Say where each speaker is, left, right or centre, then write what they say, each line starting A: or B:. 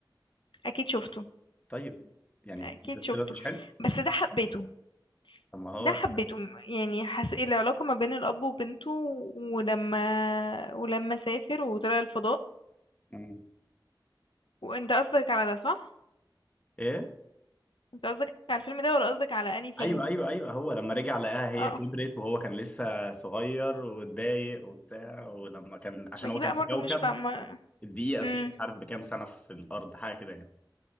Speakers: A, on the left; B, on the left.
A: اكيد شفته
B: طيب يعني
A: اكيد
B: انترستيلر
A: شفته
B: مش حلو
A: بس ده حبيته
B: طب ما هو
A: ده حبيته يعني حس العلاقة ما بين الاب وبنته ولما ولما سافر وطلع الفضاء
B: مم.
A: وانت قصدك على ده صح
B: ايه
A: انت قصدك على الفيلم ده ولا قصدك على انهي
B: ايوه
A: فيلم
B: ايوه ايوه هو لما رجع لقاها هي
A: اه
B: كبرت وهو كان لسه صغير واتضايق وبتاع ولما كان عشان
A: ما
B: هو
A: دي
B: كان
A: بقى
B: في
A: برضو
B: كوكب
A: مش فاهمة
B: الدقيقه
A: امم
B: فيه مش عارف بكام سنه في الارض حاجه كده يعني